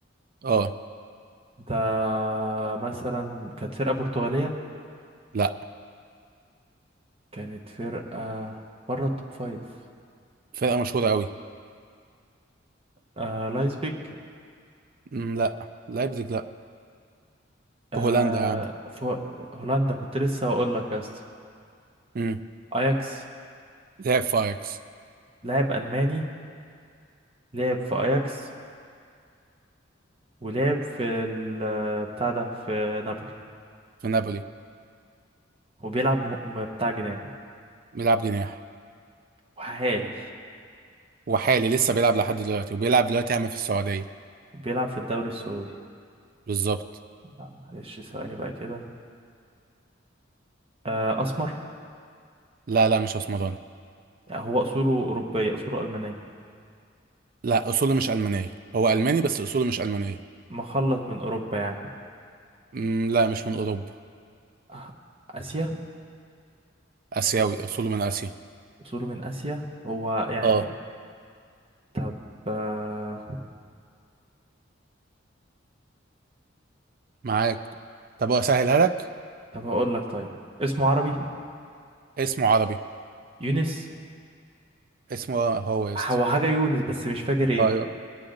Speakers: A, on the right; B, on the right.
A: اه
B: ده مثلا كانت فرقة برتغالية
A: لا
B: كانت فرقة بره التوب فايف
A: فرقه مشهوره قوي
B: آه لايبزيج
A: مم، لا لايبزيج لا
B: آه
A: في هولندا يا عم
B: فو... هولندا كنت لسه هقول لك يا اسطى
A: امم
B: اياكس
A: لعب في اياكس
B: لاعب ألماني لعب في اياكس ولعب في ال... آه، بتاع ده في نابولي
A: في نابولي
B: وبيلعب مه- م... بتاع جناح
A: بيلعب جناح
B: وحالي
A: وحالي لسه بيلعب لحد دلوقتي وبيلعب دلوقتي يا عم في السعوديه
B: وبيلعب في الدوري السعودي
A: بالظبط
B: لا معلش ثواني بقى كده آه أسمر
A: لا لا مش اسمراني
B: يعني هو أصوله أوروبية أصوله ألمانية
A: لا اصوله مش المانيه هو الماني بس اصوله مش المانيه
B: مخلط من أوروبا يعني
A: مم، لا مش من اوروبا
B: آه، آسيا
A: اسيوي اصوله من اسيا
B: أصوله من آسيا هو يعني
A: اه
B: طب آه،
A: معاك طب اسهلها لك
B: طب هقول لك طيب اسمه عربي
A: اسمه عربي
B: يونس
A: اسمه هو يا اسطى
B: هو حاجة يونس بس مش فاكر ايه
A: ايوه